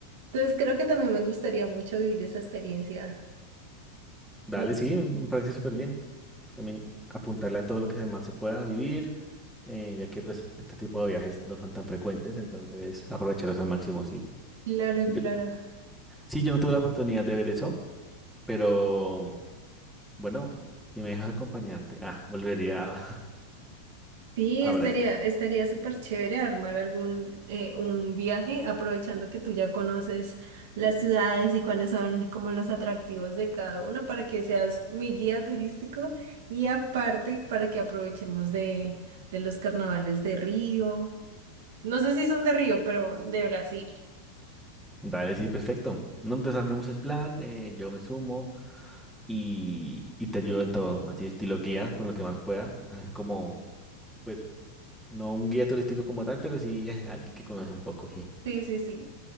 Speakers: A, on the right; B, in the centre.
A: Entonces creo que también me gustaría mucho vivir esa experiencia.
B: Dale,
A: Mm,
B: sí, me parece súper bien. También apuntarle a todo lo que más se pueda vivir, eh, ya que pues este tipo de viajes no son tan frecuentes, entonces aprovecharlos al máximo, sí.
A: Claro,
B: Yo,
A: claro.
B: sí, yo no tuve la oportunidad de ver eso, pero bueno, si me dejas acompañarte, ah, volvería a,
A: Sí,
B: <laughs>
A: estaría,
B: a Brasil.
A: estaría súper chévere armar algún eh, un viaje, aprovechando que tú ya conoces las ciudades y cuáles son como los atractivos de cada una para que seas mi guía turístico y aparte para que aprovechemos de, de los carnavales de Río. No sé si son de Río, pero de Brasil.
B: Dale, sí, perfecto. No, entonces armemos el plan, eh, yo me sumo y, y te ayudo en todo, así estilo guía, con lo que más pueda, <laughs> como pues... No un guía turístico como tal, pero sí <laughs> alguien que conoce un poco. <laughs>
A: Sí, sí, sí.